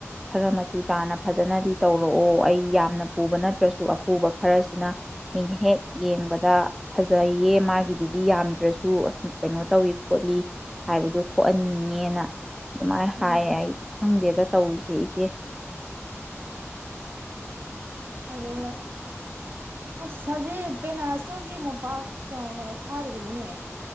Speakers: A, in the centre; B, on the right.
A: ꯈꯔ ꯃꯆꯨ ꯇꯥꯅ ꯐꯖꯅꯗꯤ ꯇꯧꯔꯛꯑꯣ ꯑꯩ ꯌꯥꯝꯅ ꯄꯨꯕ ꯅꯠꯇ꯭ꯔꯁꯨ ꯑꯄꯨꯕ ꯈꯔꯁꯤꯅ ꯃꯤꯅꯍꯦꯛ ꯌꯦꯡꯕꯗ ꯐꯖꯩꯌꯦ ꯃꯥꯒꯤꯗꯨꯗꯤ ꯌꯥꯝꯗ꯭ꯔꯁꯨ ꯑ ꯀꯩꯅꯣ ꯇꯧꯏ ꯈꯣꯠꯂꯤ ꯍꯥꯏꯕꯗꯨ ꯊꯣꯛꯍꯟꯉꯦꯅ ꯑꯗꯨꯥꯏ
B: ꯎꯝ
A: ꯍꯥꯏ ꯈꯪꯗꯦꯗ ꯇꯧꯔꯤꯁꯦ ꯏꯆꯦ
B: ꯑꯗꯨ ꯑꯁ ꯍꯧꯖꯤꯛ ꯕꯦꯅꯥꯁꯇꯣꯒꯤ ꯃꯣꯝꯄꯥꯛ ꯀ ꯀꯩꯅꯣ ꯊꯥꯔꯤꯕꯅꯤꯅꯦ